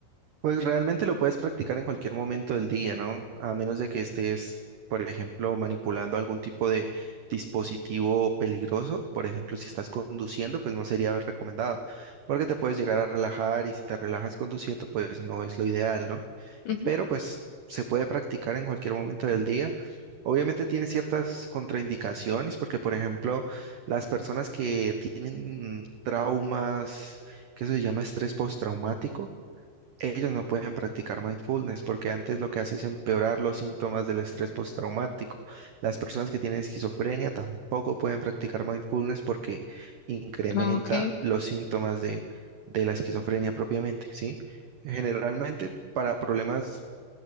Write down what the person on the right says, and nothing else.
Pues realmente lo puedes practicar en cualquier momento del día, ¿no? A menos de que estés, por ejemplo, manipulando algún tipo de dispositivo peligroso. Por ejemplo, si estás conduciendo, pues no sería recomendado, porque te puedes llegar a relajar y si te relajas conduciendo, pues no es lo ideal, ¿no?
Pero pues se puede practicar en cualquier momento del día. Obviamente tiene ciertas contraindicaciones, porque por ejemplo, las personas que tienen traumas, que eso se llama estrés postraumático, ellos no pueden practicar mindfulness porque antes lo que hace es empeorar los síntomas del estrés postraumático. Las personas que tienen esquizofrenia tampoco pueden practicar mindfulness porque incrementa
los síntomas de, de la esquizofrenia propiamente, ¿sí? Generalmente para problemas,